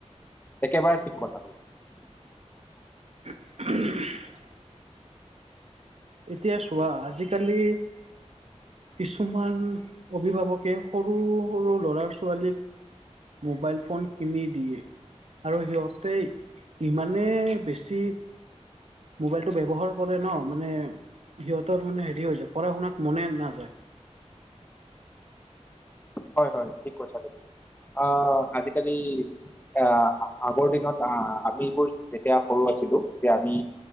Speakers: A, on the left; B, on the right.
A: একেবাৰে ঠিক কথা কৈছো।
B: হুম এতিয়া চোৱা আজিকালি কিছুমান অভিভাৱকে, সৰু-সৰু, ল'ৰা-ছোৱালীক মোবাইল ফোন কিনি দিয়ে আৰু সিহঁতে, ইমানে বেছি মোবাইলটো ব্যৱহাৰ কৰে ন মানে সিহঁতৰ মানে হেৰি হৈ যায়, পঢ়া শুনাত মনে নাযায়।
A: হয়-হয় ঠিক কৈছা। তুমি অ' আজিকালি আ' আগৰ দিনত আ' আমিবোৰ যেতিয়া সৰু আছিলো। যে আমি